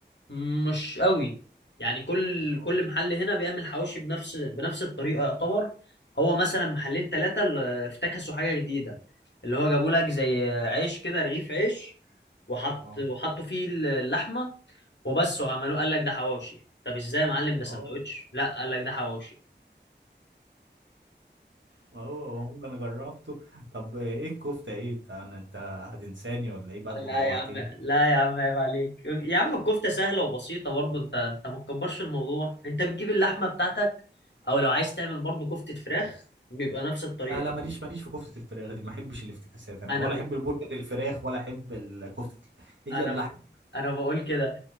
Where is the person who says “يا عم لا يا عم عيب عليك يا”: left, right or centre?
Left